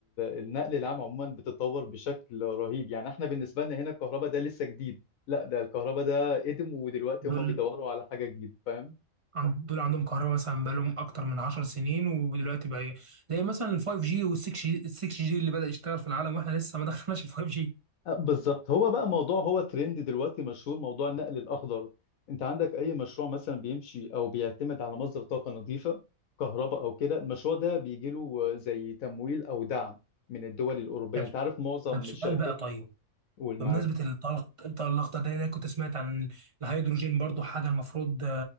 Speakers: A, on the left; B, on the right.
A: النقل العام عموما بتتطور بشكل رهيب يعني احنا بالنسبه لنا هنا الكهرباء ده لسه جديد لا ده الكهرباء ده قدم ودلوقتي هم
B: دول
A: بيدوروا على حاجه جديده فاهم
B: عن- دول عندهم كهرباء مثلا بقالهم اكتر من 10 سنين ودلوقتي بقى إيه؟ زي مثلا ال 5G وال 6G ال 6G اللي بدأ يشتغل في العالم واحنا لسه ما دخلناش ال 5G
A: آه، بالظبط هو بقى موضوع هو ترند دلوقتي مشهور موضوع النقل الاخضر انت عندك اي مشروع مثلا بيمشي او بيعتمد على مصدر طاقه نظيفه كهرباء او كده المشروع ده بيجي له زي تمويل او دعم من الدول الاوروبيه
B: طب
A: انت عارف معظم
B: طب سؤال
A: الشركات
B: بقى طيب
A: والمعارف
B: بمناسبة الطاقة الأخضر ده أنا كنت سمعت عن الهيدروجين برضو حاجة المفروض